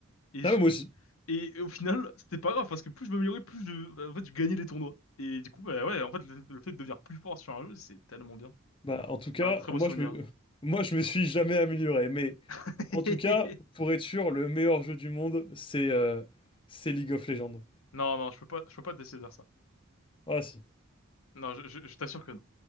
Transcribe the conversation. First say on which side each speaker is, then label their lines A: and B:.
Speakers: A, on the left (about 80°); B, on the left (about 25°).
A: Et,
B: Ah,
A: je-
B: mais moi aussi.
A: et au final, c'était pas grave parce que plus je m'améliorais, plus je, bah, en fait, je gagnais les tournois. Et du coup, bah ouais, en fait, le, le fait de devenir plus fort sur un jeu, c'est tellement bien.
B: Bah, en tout cas,
A: C'est un très
B: moi,
A: beau souvenir.
B: je me, <laughs> moi, je me suis jamais amélioré. Mais
A: <laughs>
B: en tout cas, pour être sûr, le meilleur jeu du monde, c'est euh, c'est League of Legends.
A: Non, non, je peux pas, je peux pas te laisser dire ça.
B: Ah, si.
A: Non, je, je- je t'assure que non.